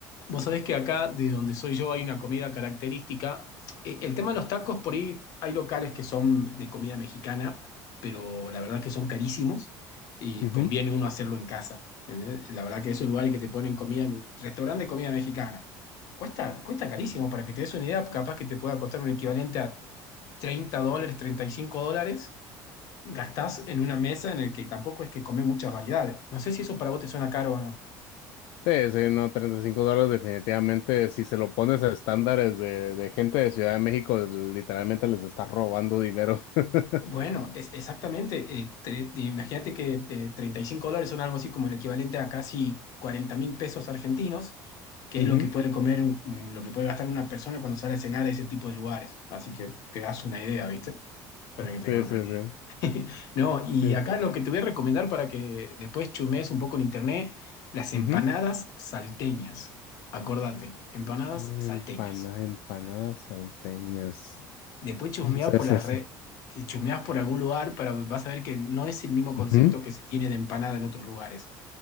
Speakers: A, on the left; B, on the left.
A: Vos sabés que acá, de donde soy yo, hay una comida característica. Eh, El tema de los tacos, por ahí hay locales que son de comida mexicana, pero la verdad que son carísimos y
B: ujú.
A: conviene uno hacerlo en casa. ¿entendés? La verdad que esos lugares que te ponen comida, restaurante de comida mexicana, cuesta, cuesta carísimo. Para que te des una idea, capaz que te pueda costar un equivalente a 30 dólares, 35 dólares. Gastás en una mesa en el que tampoco es que comés muchas variedades. No sé si eso para vos te suena caro o no.
B: Sí, sí, no, 35 dólares definitivamente, si se lo pones a estándares de, de gente de Ciudad de México, literalmente les está robando dinero. <laughs>
A: Bueno, es, exactamente. eh, tre- imagínate que eh, 35 dólares son algo así como el equivalente a casi cuarenta mil pesos argentinos, que
B: Ujú.
A: es lo que puede comer, mm, lo que puede gastar una persona cuando sale a cenar a ese tipo de lugares. Así que te das una idea, ¿viste? Para que tengas
B: Sí, sí,
A: una idea.
B: sí.
A: <laughs> No, y
B: Sí.
A: acá lo que te voy a recomendar para que después chumees un poco en internet, las empanadas
B: Ujú.
A: salteñas. Acordate, empanadas
B: Empanadas,
A: salteñas.
B: empanadas salteñas.
A: Después chusmeás
B: Sí,
A: por
B: sí,
A: las
B: sí.
A: redes, eh, chusmeás por algún lugar para vas a ver que no es el mismo concepto
B: Ujú,
A: que se tiene de empanada en otros lugares.